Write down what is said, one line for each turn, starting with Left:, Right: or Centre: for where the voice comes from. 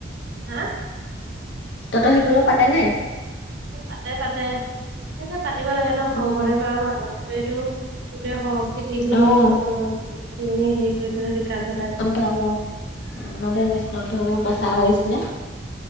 Right: হা?
Left: তহঁতৰ সেইফালে পাতে নে?
Right: পাতে পাতে। সেই পাতিব লাগে ন শংকৰদেৱ
Left: অ',
Right: আৰু মাধৱদেৱেটো গোটেই সংস্কৃতি খিনি
Left: অ',
Right: বৈষ্ণৱ ধৰ্ম খিনি বিকাশ ঘটাই
Left: অ <unintelligible> নৱ বৈষ্ণৱ ধৰ্ম প্ৰচাৰ হৈছিলে।